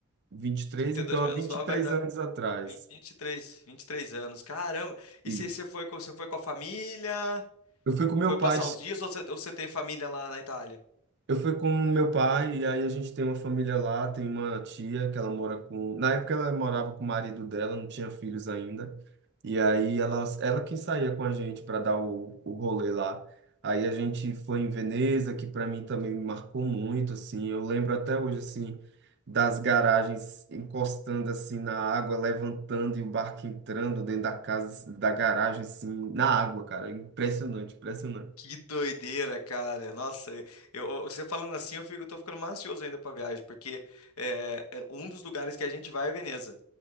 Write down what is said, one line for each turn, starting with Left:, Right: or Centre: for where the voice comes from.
Right: vinte e três
Left: trinta
Right: então
Left: e dois menos
Right: há vinte
Left: 9
Right: e três
Left: vai dar
Right: anos atrás.
Left: vinte vinte e três vinte e três anos. Caramba! E
Right: Isso.
Left: você, você foi, com- você foi com a família?
Right: Eu fui com meu
Left: Foi
Right: pai
Left: passar uns dias ou você, ou você tem família lá na Itália?
Right: Eu fui com meu pai, e aí a gente tem uma família lá, tem uma tia que ela mora com. Na época ela morava com o marido dela, não tinha filhos ainda. E aí ela, ela quem saía com a gente para dar o, o rolê lá. Aí a gente foi em Veneza, que para mim também me marcou muito, assim. Eu lembro até hoje, assim, das garagens encostando, assim, na água, levantando e o barco entrando dentro da casa, da garagem, assim, na água, cara. Impressionante, impressionante.
Left: Que doideira, cara. Nossa, eu, eu- você falando assim, eu fico, eu tô ficando mais ansioso ainda pra viagem, porque é eh, um dos lugares que a gente vai é Veneza.